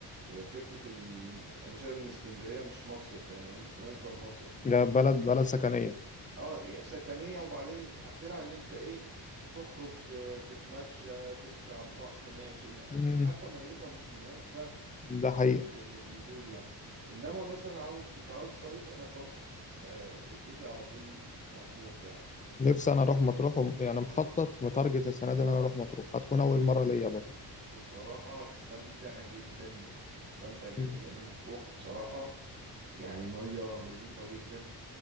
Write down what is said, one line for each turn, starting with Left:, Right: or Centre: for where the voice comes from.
Right: فكرة ال... أنا شايف إن اسكندرية مش مصيف يعني هي مش مناسبة للمصيف
Left: ده بلد بلد سكنية
Right: اه يعني سكنية وبعدين اخرها ان انت ايه تخرج آه، تتمشى تمشي على البحر ماشي إنما-
Left: مم.
Right: حتى ميتها مش مناسبة
Left: ده حقيقة
Right: لل- للنزول يعني انما مثلا عاوز كنت عاوز صيف انا بروح آه، سكتي على طول مطروح يعني
Left: نفسي انا اروح مطروح وم- يعني مخطط متارجت السنة دي ان انا اروح مطروح هتكون اول مرة ليا برضه
Right: بصراحة هتستمتع جدا هتستمتع جدا
Left: مم.
Right: لان مطروح بصراحة يعني مية نظيفة جدا